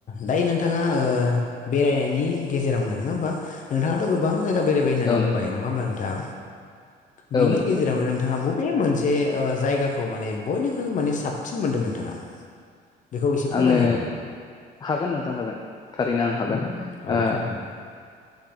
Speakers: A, on the left; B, on the left.
A: दायो नोंथाङा ओ बेरायनायनि गेजेरावनो नोङा होमबा नोंथाङाथ' गोबां जायगा बेरायबाय होननानै
B: औ
A: बुंबाय
B: नोंथां
A: नङा होमब्ला नोंथां
B: औ
A: बिनि
B: नोंथां
A: गेजेरावनो नोंथाङा ब बे मोनसे ओ जायगाखौ माने बयनि माने साबसिन मोनदों नोंथाङा? बेखौ एसे फोरमायनो
B: आङो
A: हागोन नामा
B: हागोन नोंथां हागोन थारैनो आं हागोन।
A: औ
B: ओ
A: थारैनो।